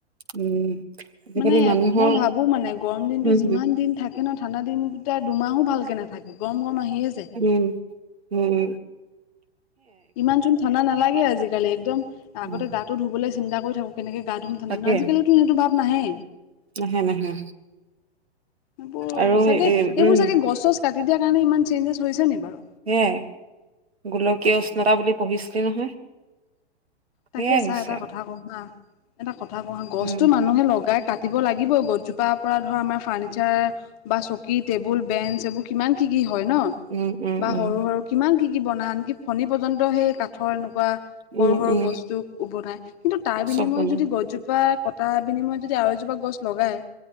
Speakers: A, on the right; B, on the left.
A: উম। আজিকালি
B: মানে
A: মানুহৰ
B: মই ভাবো মানে গৰম দিনটো
A: উম,
B: যিমান দিন থাকে ন ঠাণ্ডা দিন কিটা দুমাহো ভালকৈ নাথাকে গৰম-গৰম আহিয়ে যায়।
A: উম-উম।
B: ইমান চুন ঠাণ্ডা নালাগে আজিকালি একদম আগতে
A: উম,
B: গাটো ধুবলৈ চিন্তা কৰি থাকোঁ, কেনেকে গা ধুম
A: তাকে
B: আজিকালি টো হেতু ভাৱ নাহে।
A: নাহে নাহে
B: এইবোৰ
A: আৰু
B: চাগে
A: এ
B: এইবোৰ
A: উম,
B: চাগে গছ চচ কাতি দিয়াৰ কাৰণ ইমান চেঞ্জেছ হৈছে নি বাৰু?
A: সে গোলকীয় উষ্ণতা বুলি পঢ়িছিলি নহয়? সেয়াই
B: তাকে
A: হৈছে
B: চা এটা
A: আৰু
B: কথা কহা, এটা কথা কহা গছতটো
A: উম।
B: মানুহে লগাই কাটিব লাগিব গছজোপাৰ পৰা ধৰা আমাৰ ফাৰ্ণিচাৰ বা চকী, টেবুল, বেঞ্চ, এইবোৰ কিমান কি-কি হয় ন?
A: উম, উম,
B: বা
A: উম,
B: সৰু-সৰু কিমান কি-কি বনাই আনকি ফণী পৰ্যন্ত সেই ক থ এনেকুৱা সৰু-সৰু
A: উম, উম,
B: বস্তু বনাই, কিন্তু তাৰ বিনিময়
A: চব বনাম
B: যদি গছজোপা কটাৰ বিনিময়ত যদি আৰু এজোপা গছ লগায়